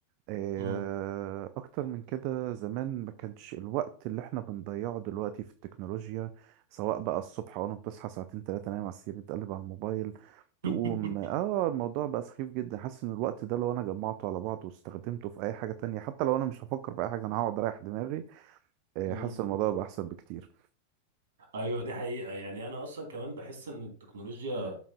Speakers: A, on the right; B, on the right.
A: آه،
B: امم
A: أكتر من كده زمان ما كانش الوقت اللي احنا بنضيعه دلوقتي في التكنولوجيا سواء بقى الصبح أول ما بتصحى ساعتين تلاتة نايم على السرير بتقلب على الموبايل
B: <laughs>
A: تقوم اه الموضوع بقى سخيف جدا حاسس ان الوقت ده لو انا جمعته على بعضه واستخدمته في اي حاجة تانية حتى لو انا مش هفكر في اي حاجة انا هقعد اريح دماغي آه،
B: امم
A: حاسس الموضوع بقى احسن بكتير
B: ايوه دي حقيقة يعني انا اصلا كمان بحس ان التكنولوجيا